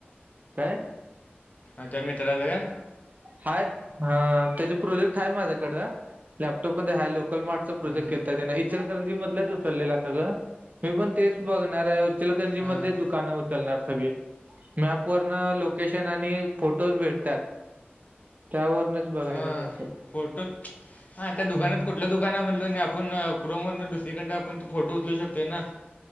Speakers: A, on the right; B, on the left.
A: काय
B: हां कमी रा का
A: हा हा त्याचे प्रोजेक्ट आहे माझ्याकडं लॅपटॉपमध्ये आहे लोक प्रेक्
B: हां,
A: इचलकरंजीधच उचललेलं सगं मी पण तेच ब उचलकंजी
B: हां,
A: मध दुकानं उचलणार सगळी मॅप वरन लोकेशन आणि फोटोज भेटतात त्यावरच बघायचं
B: हां.
A: का
B: फोटो हा त्या दुकानात
A: हम्म
B: कुठलं दुकान आहे म्हणलो आणि आपण कुक दुसरीकडडे आपण फोटो उचलू शकते ना